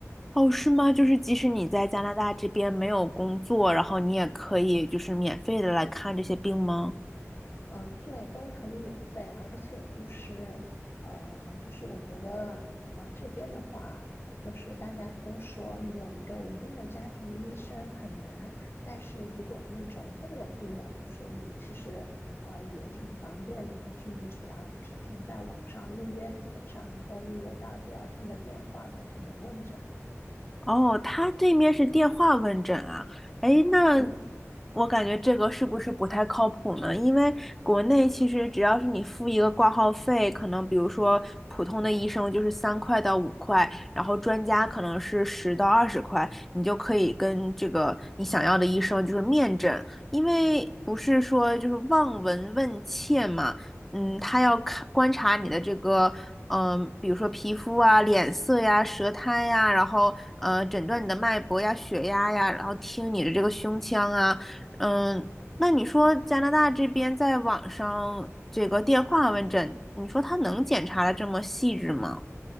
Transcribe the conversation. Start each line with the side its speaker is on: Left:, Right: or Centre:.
Centre: 哦，是吗？就是即使你在加拿大这边没有工作，然后你也可以就是免费的来看这些病吗？
Left: 嗯，对，都可以免费，而且就是，呃，就是我觉得，呃，这边的话，就是大家都说你有一个稳定的家庭医生很难，但是如果那种不稳定的，就是你其实，呃，也挺方便的，就是你只要提前在网上预约，基本上能够预约到第二天的电话的这种问诊。
Centre: 哦，他这面是电话问诊啊。哎，那
Left: 嗯。
Centre: 我感觉这个是不是不太靠谱呢？因为国内其实只要是你付一个挂号费，可能比如说普通的医生就是三块到五块，然后专家可能是十到二十块，你就可以跟这个你想要的医生就是面诊，因为不是说就是望闻问切嘛，嗯，他要看观察你的这个。嗯，比如说皮肤啊、脸色呀、舌苔呀，然后呃，诊断你的脉搏呀、血压呀，然后听你的这个胸腔啊，嗯，那你说加拿大这边在网上这个电话问诊，你说他能检查的这么细致吗？